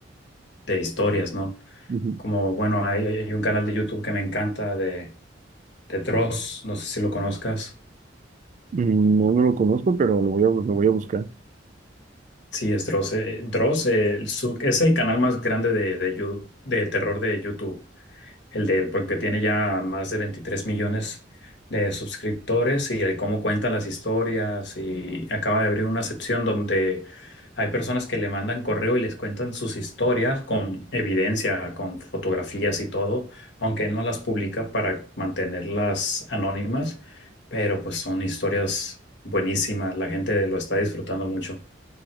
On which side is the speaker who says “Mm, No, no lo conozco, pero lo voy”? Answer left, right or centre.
Right